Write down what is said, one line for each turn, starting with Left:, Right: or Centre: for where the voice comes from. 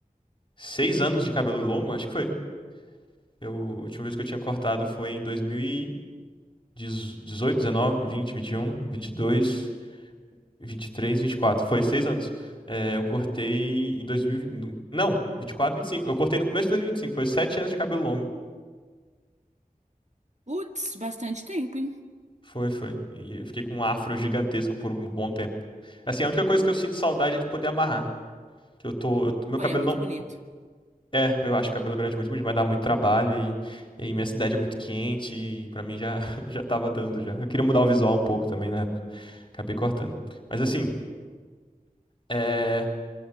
Left: Seis anos de cabelo longo, acho que foi. Eu, a última vez que eu tinha cortado foi em dois mil e e e dezoito, dezenove, vinte, vinte vinte um, vinte e dois, vinte e três, vinte e quatro. Foi seis anos. É, eu cortei em 2000, e- não, 24, 25. Eu cortei no começo de dois mil e e vinte e cinco. foi sete anos de cabelo longo.
Right: Putz, bastante tempo, hein?
Left: Foi, foi. E eu fiquei com um afro gigantesco por um bom tempo. Assim, a única coisa que eu sinto saudade é de poder amarrar. Que eu tô. eu- meu
Right: Pô,
Left: cabelo
Right: e é muito
Left: não.
Right: bonito.
Left: É, eu acho cabelo grande muito bonito, mas dá muito trabalho e, e minha cidade é muito quente e pra mim já, <laughs> já tava dando já. Eu queria mudar o visual um pouco também na época. Acabei cortando. Mas assim, é.